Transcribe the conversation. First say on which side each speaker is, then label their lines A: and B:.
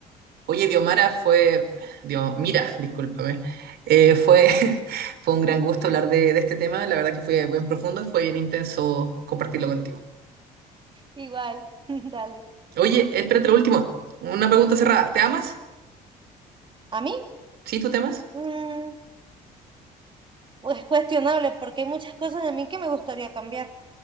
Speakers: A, on the right; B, on the right.
A: Oye, Diomara fue, Dios, mira, discúlpame, Eh, fue, <laughs> fue un gran gusto hablar de, de este tema, la verdad que fue bien profundo y fue bien intenso compartirlo contigo.
B: igual. <laughs> Dale.
A: Oye, espérate lo último, una pregunta cerrada, ¿te amas?
B: A mí,
A: ¿Sí, tú te amas?
B: mm, pues cuestionable, porque hay muchas cosas de mí que me gustaría cambiar.